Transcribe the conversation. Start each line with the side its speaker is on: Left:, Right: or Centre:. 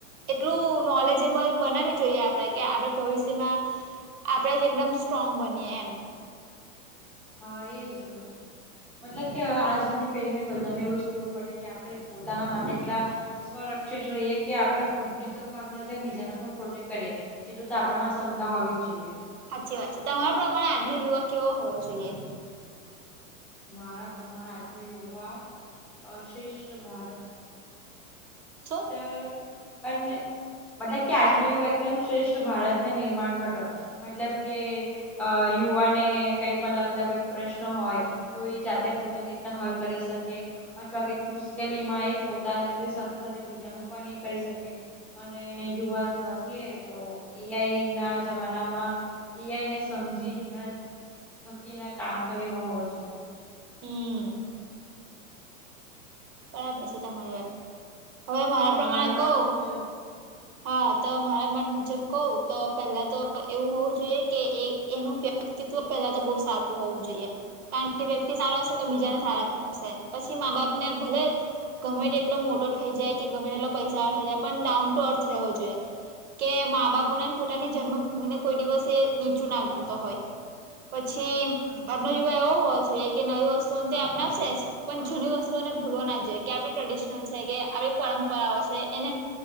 Right: એટલું નોલેજેબલ બનાવી જોઈએ આપડે કે આપડે ભવિષ્યમાં આપડે જ એકદમ સ્ટ્રોંગ બનીએ એમ.
Centre: હા, એજ. મતલબ કે આજની પેઢીને બધાને એવું જ કેવું પડે, કે આપે પોતાના માટે એટલા સ્વરક્ષિત રહીએ કે આપડે ખુદ નીતોખા બીજા ને પણ પ્રોટેક્ટ કરીએ. એટલું તો આપડામાં ક્ષમતા હોવી જ જોઈએ.
Right: હાચી વાત છે. તમારા પ્રમાણે આજનો યુવક કેવો હોવો જોઈએ?
Centre: મારા પ્રમાણે આજનો યુવા અહ શ્રેષ્ઠ ભારત
Right: છે.
Centre: તે અને મતલબ કે આજનો યુવા એકદમ શ્રેષ્ઠ ભારતના નિર્માણ કરતો, મતલબ કે યુવાને કંઈ પણ લગતા કોઈ પ્રશ્ન હોય તો એ જાતે પોતાની રીતના હલ કરી શકીએ. અથવા કઈ મુશ્કેલીમાં એ પોતાની સાથે સાથે બીજાનું પણ એ કરી શકે અને યુવા જોવા જઈએ તો એ આઈ ના જમાનામાં એ આઈ ને સમજી ને ના થકી એના કામ કરે એવો હોવો જોઈએ.
Right: હમ્મ. બરાબર છે, તમારી વાત હવે મારા
Centre: તમારા
Right: પ્રમાણે
Centre: મત
Right: કવ.
Centre: મુજબ
Right: હા, તો મારા મત મુજબ કવતો પહેલા તો એવું હોવું જોઈએ કે એનું. વ્યક્તિત્વ પહેલા તો બહુ સારું હોવું જોઈએ, કારણ કે વ્યક્તિ સારો હશે તો,
Centre: હ
Right: બીજાને સારા કરે. પછી માં-બાપ ને ભલે. ગમે એટલો મોટો થઈ જાય કે, ગમે તે એટલો પૈસા થઇ જાય, પણ ડાઉન ટુ અર્થ રહેવો જોઈએ. કે માં-બાપો ને, પોતાની જન્મભૂમિને, કોઈ દિવસ એ નીચુંના ગણતો હોય. પછી
Centre: હા
Right: એનો યુવા એવો હોવો જોઈએ. કે, નવી વસ્તુઓને અપનાવશે, જે પણ જૂની વસ્તુઓને ભૂલવો ના જોઈએ કે, આપણી ટ્રેડિશનલ છે, કે આપ પરંપરા. પરા છે, એને